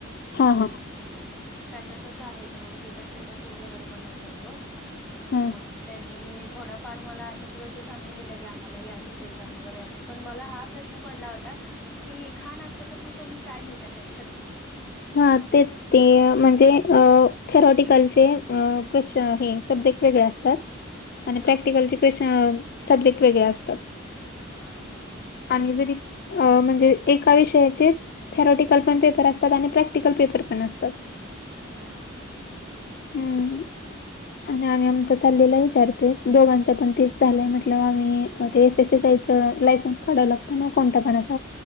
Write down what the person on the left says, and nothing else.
हा हा
हा.
हा तेच ते, म्हणजे थेरॉटिकलचे क त हे सब्जेक्ट वेगळे असतात आणि
प्रॅक्टिकलचे क्वेश्चन सब्जेक्ट वेगळे असतात
आणि
जरी अ म्हणजे एका विषयाचेच, थेरॉटिकल पण पेपर अस आणि प्रॅक्टिकल पेपर पण असतात.
हम्म आणि आम्ही आमचा चाललेला विचार त्योच दोघांच पण तेच झालंय म्हटल्यावर आम्ही ते एफ एस एस आय चं लायसन्स काढव लागतं ना कोणत्या पण अस